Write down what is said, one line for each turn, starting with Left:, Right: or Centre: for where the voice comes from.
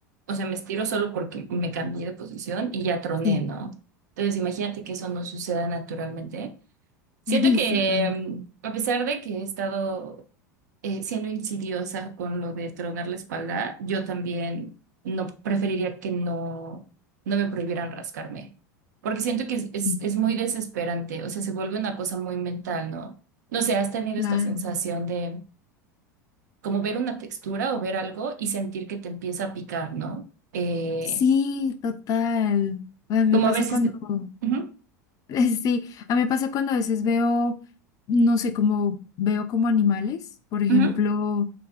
Right: o sea, me estiro solo porque me cambié de posición y ya troné,
Left: Sí,
Right: ¿no? Entonces, imagínate que eso no suceda naturalmente. Siento
Left: sí,
Right: que,
Left: <laughs> sí, también.
Right: mm, a pesar de que he estado eh, siendo insidiosa con lo de tronar la espalda, yo también no preferiría que no, no me prohibieran rascarme, porque siento que es, es,
Left: sí.
Right: es muy desesperante, o sea, se vuelve una cosa muy mental, ¿no? No sé, has tenido
Left: Claro.
Right: esta sensación de como ver una textura o ver algo y sentir que te empieza a picar, ¿no? Eh,
Left: Sí, total. Bueno, A mí
Right: como
Left: me pasa
Right: a veces...
Left: cuando,
Right: Ujú,
Left: <laughs> Sí, a mí me pasa cuando a veces veo, no sé, como veo como animales, por ejemplo,
Right: ujú,